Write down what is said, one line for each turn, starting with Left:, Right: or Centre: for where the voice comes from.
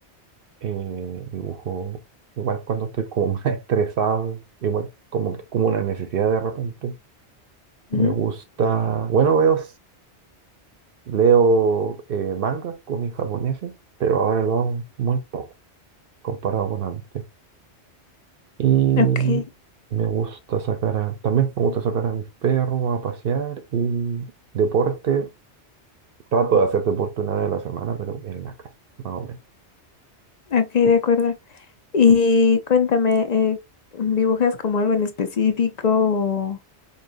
Right: eh, dibujo igual cuando estoy como <laughs> más estresado, igual como que como una necesidad de repente. Me
Left: Ujú.
Right: gusta, bueno, veo Leo eh, mangas, cómics japoneses, pero ahora lo hago muy poco comparado con antes. Y
Left: Ok.
Right: me gusta sacar a- también me gusta sacar a mis perros a pasear y deporte. Trato de hacer deporte una vez a la semana, pero en la casa, más o menos.
Left: Ok, de acuerdo. Y cuéntame, eh, ¿dibujas como algo en específico o,